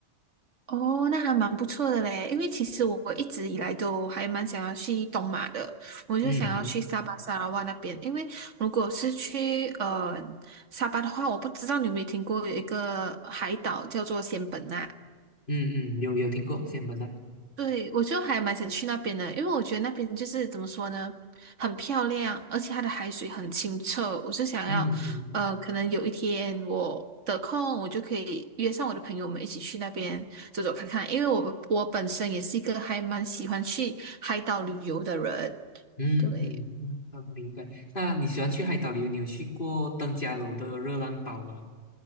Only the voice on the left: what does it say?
嗯嗯
嗯嗯，有有听过仙门那？
嗯嗯
嗯嗯嗯，
好明白。那你喜欢去海岛旅游？你有去过登嘉楼的热浪岛吗？